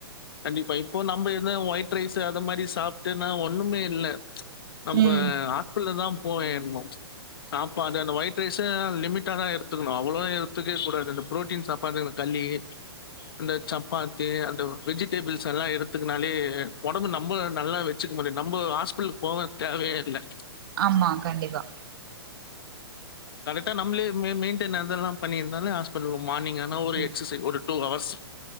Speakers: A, on the left; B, on the right.
A: கண்டிப்பா. இப்போ நம்ம எத ஒயிட் ரைஸு அத மாரி சாப்பட்டுன்னா ஒண்ணமே இல்லே நம்ம
B: ம்
A: ஹாஸ்பிடல்ல தான் போ ஏறணு சாப்பாடு அந்த ஒயிட் ரைஸு லிமிட்டா தான் எடுத்துக்கணு அவ்ளோ எடுத்துக்கவே கூடாது இந்த புரோட்டீன் சாப்பாடு இந்த கல்லையி அந்த சப்பாத்தி அந்த வெஜிடேபிள்ஸ் எல்லா எடுத்துக்குனாலே ஒடம்பு நம்ப நல்லா வச்சுக்க முடியு நம்ப ஹாஸ்பிலுக்கு போவ தேவயே இல்ல
B: ஆமா கண்டிப்பா
A: கரெக்டா நம்பளே மெ மெயிண்டன் அதெல்லா பண்ணிருந்தாலே ஹாஸ் பிட்டலு மார்னிங் ஆனா ஒரு
B: ம்
A: எக்ஸசை ஒரு டூ ஹவர்ஸ்